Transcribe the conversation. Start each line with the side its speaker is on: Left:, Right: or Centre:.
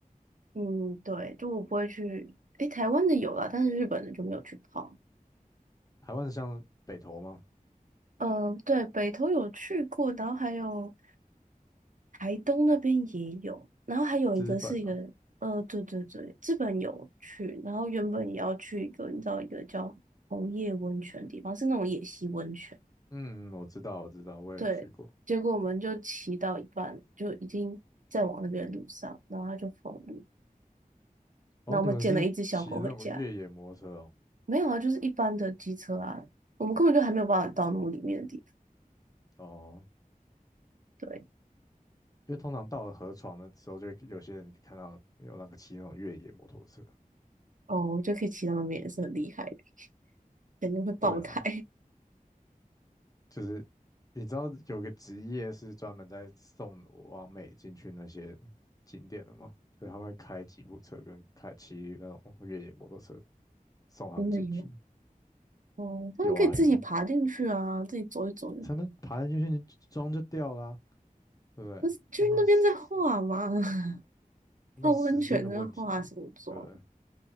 Right: 嗯，对，就我不会去，诶，台湾的有啦，但是日本的就没有去泡。
Left: 台湾像北投吗？
Right: 嗯，对，北投有去过，然后还有台东那边也有，然后还有一个是一个，
Left: 资本哦，
Right: 呃，对对对，日本有去，然后原本也要去一个，你知道一个叫红叶温泉的地方，是那种野溪温泉，
Left: 嗯，我知道，我知道，我也有去过。
Right: 对，结果我们就骑到一半，就已经在往那边的路上，然后他就封路，
Left: 哦，
Right: 然后我们捡了一只小狗回家，
Left: 你们是骑那种越野摩托车哦，
Right: 没有啊，就是一般的机车啊，我们根本就还没有办法到那么里面的地方，
Left: 哦，
Right: 对，
Left: 因为通常到了河床的时候，就会有些人看到有那个骑那种越野摩托车。
Right: 哦，我觉得可以骑到那边也是很厉害的。肯定会爆胎，
Left: 对啊，就是你知道有个职业是专门在送往美进去那些景点的吗？就是他们会开吉普车跟开骑那种越野摩托车送他们进去。
Right: <laughs> 真的有。哦，他们可以自己爬进去啊，
Left: 有啊有啊，
Right: 自己走一走就，
Left: 他们爬进去装就掉啦、对不对？
Right: 但是就是那边在画嘛，
Left: 他们有时
Right: <laughs>
Left: 他们有时间的问题，
Right: 泡温泉在画什么妆？
Left: 对不对？